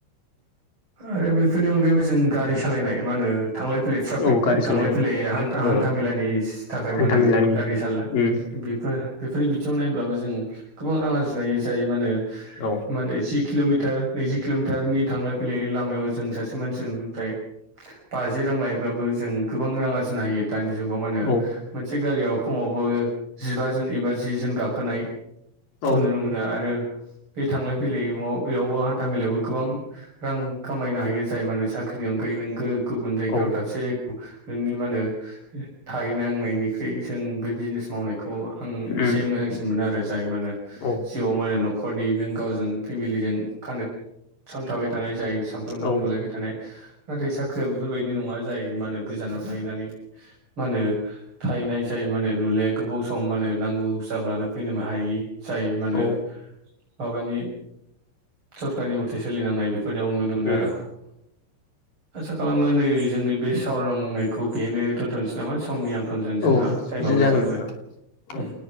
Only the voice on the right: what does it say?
आरो बेफोरनि अनगायैबो जों गारि सालायनाय मा होनो थांलाय फैलाय ट्राफिक
थांलाय
फैलाय। हान्था
मेलानि थाखाय मा
होनो गारि सालायनाय
बेफोर। बेफोरनि बिथिङाव नायब्लाबो जों गोबां रां आरजिनो हायो जाय मा होनो
माने जि किल'मिटार नैजि। किल'मिटारनि थांलाय फैलाय लामायाव जों सासे मानसिनिफ्राय। बाजि रां लायोब्लाबो जों गोबां रां आरजिनो हायो दानि जुगाव मा होनो
मोनसे गारियाव खमावबो जिबाजोन एबा जि जोन गाखोनायखौ
नुनो मोनो आरो। आरो बे थांलाय फैलाय बेयावबो हान्था मेलायावबो गोबां रां खामायनो हायो जाय माने साख्रिनि अनगायै नों गो गुबुन जायगायाव
दासे जायगायाव नोंनि मा होनो थाहै <unintelligible> नांनायनिख्रुइ जों बे बिजनेस मावनायखौ आं एसे
मोजांसिन मोनो आरो जाय माहोनो
जिउआव। माने नखरनि नों गावजों फेमिलिजों। कानेकसन थाबाय थानाय जायो सानफ्रोमबो
नुलायबाय थानाय नाथाय साख्रिया बेफोरबायदि नङा जाय मा होनो गोजानाव थाहैनानै मा होनो थाहैनाय जाय माने नुलाया गोबाव सम माने। नांगौ जाब्लानो फैनो हायि जायो माेनो।
माबानि सरकारनि मथे सोलिनांनाय बेफोरयाव नुनो मोनो
आरो। आसा खालामो नै जोंनि बे सावरायलांनायखौ बेहायनो दोनथ'नोसै नामा समनि आंखा आखालजों जोंहा
टाइमाबो
जाबाय
ओम।